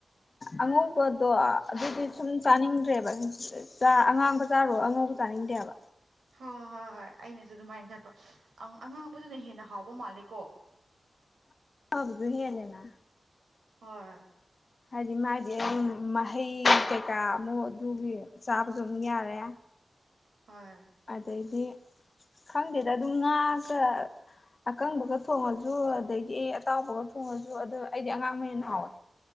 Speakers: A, on the left; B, on the right.
A: ꯑꯉꯧꯕꯗꯣ ꯑꯗꯨꯗꯤ ꯁꯨꯝ ꯆꯥꯅꯤꯡꯗ꯭ꯔꯦꯕ ꯑꯉꯥꯡꯕ ꯆꯥꯔꯣ ꯑꯉꯧꯕ ꯆꯥꯅꯤꯡꯗꯦꯕ
B: ꯍꯣꯏ ꯍꯣꯏ ꯍꯣꯏ ꯑꯩꯅꯁꯨ ꯑꯗꯨꯃꯥꯏꯅ ꯈꯟꯕ ꯑꯉꯥꯡꯕꯗꯨꯅ ꯍꯦꯟꯅ ꯍꯥꯎꯕ ꯃꯥꯜꯂꯦ ꯀꯣ
A: ꯐꯕꯁꯨ ꯍꯦꯂꯦꯅ
B: ꯍꯣꯏ
A: ꯍꯥꯏꯗꯤ ꯃꯥꯗꯤ ꯑꯗꯨ ꯃꯍꯩ ꯀꯩꯀꯥ ꯑꯃꯨꯛ ꯑꯗꯨꯒꯤ ꯆꯥꯕꯁꯨ ꯑꯗꯨꯃꯛ ꯌꯥꯔꯦ <inaudible>
B: ꯍꯣꯏ
A: ꯑꯗꯩꯗꯤ ꯈꯪꯗꯦꯗ ꯑꯗꯨꯝ ꯉꯥꯒ ꯑꯀꯪꯕꯒ ꯊꯣꯡꯉꯁꯨ ꯑꯗꯒꯤ ꯑꯇꯥꯎꯕꯒ ꯊꯣꯡꯉꯁꯨ ꯑꯗꯣ ꯑꯩꯗꯤ ꯑꯉꯥꯡꯕ ꯍꯦꯟꯅ ꯍꯥꯎꯋꯦ